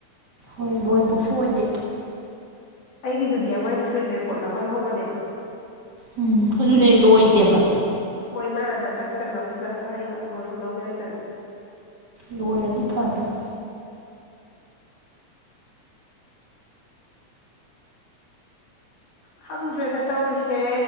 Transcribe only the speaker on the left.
ꯑꯩꯒꯤꯗꯨꯗꯤ ꯑꯃ ꯏꯁꯀ꯭ꯔꯤꯟ ꯔꯦꯀꯣꯔꯠ ꯂꯧꯍꯜꯍꯧꯕꯅꯦꯕ
ꯍꯣꯏ ꯃꯥꯅ ꯃꯇꯠ ꯈꯔ ꯂꯧꯁꯤꯜꯂꯒ ꯊꯥꯔꯛꯏꯕ ꯂꯣꯏꯕ ꯂꯧꯒꯦ ꯂꯩꯇꯗꯅ
ꯈꯪꯗ꯭ꯔꯦꯗ ꯇꯧꯔꯤꯁꯦ